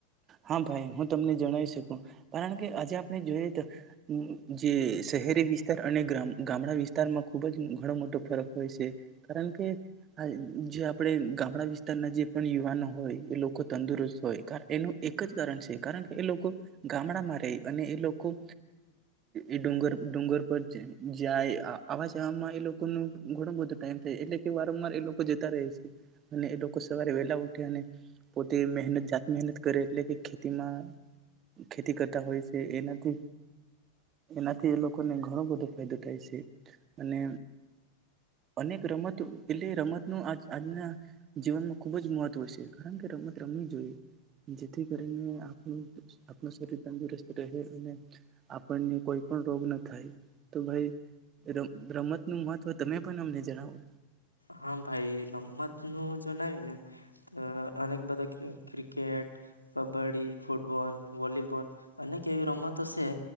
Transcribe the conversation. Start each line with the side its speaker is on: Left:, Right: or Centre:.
Right: હા ભાઈ હું તમને જણાવી શકું કારણ કે આજે આપણે જોઈએ તો જે શહેરી વિસ્તાર અને ગામડા વિસ્તારમાં ખુબ જ ઘણો મોટો ફરક હોય છે કારણ કે જે આપણે ગામડા વિસ્તારના જે પણ યુવાનો હોય એ લોકો તંદુરસ્ત હોય એનું એક જ કાર કારણ કે એ લોકો ગામડામાં રહે અને એ લોકો એ ડુંગર ડુંગર પર જાય આવા જમાં એ લોકો ન ઘણો બધો ટાઈમ થાય એટલે કે વારંવાર એ લોકો જતા રહે છે અને એ લોકો સવારે વહેલા ઉઠી અને પોતે મહેનત જાત મહેનત કરે એટલે કે ખેતીમાં ખેતી કરતા હોય છે એનાથી એનાથી એ લોકોને ઘણો બધો ફાયદો થાય છે અને અનેક રમત એટલે રમતનું આજ આજના જીવનમાં ખુબ જ મહત્વ છે કારણ કે રમત રમવી જોઈએ. જેથી કરીને આપણું આપણું શરીર તંદુરસ્ત રહે અને આપણને કોઈ પણ રોગ ન થાય તો ભાઈ રમત નું મહત્વ તમે પણ અમને જણાવો.
Left: હા ભાઈ રમતનું જણાવએ ને તો અનેક બધા ક્રિકેટ, કબડ્ડી, ફૂટબોલ, વોલીબોલ, અનેક એવી રમતો છે